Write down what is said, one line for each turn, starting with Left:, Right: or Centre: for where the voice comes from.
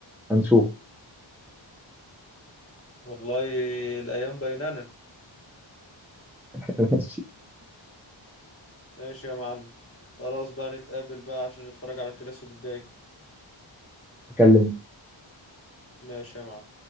Centre: هنشوف
Left: والله الايام بيننا
Centre: <laughs> ماشي
Left: ماشي يا معلم خلاص بقى نتقابل بقى عشان نتفرج على الكلاسيكو الجاي
Centre: اكلمك
Left: ماشي يا معلم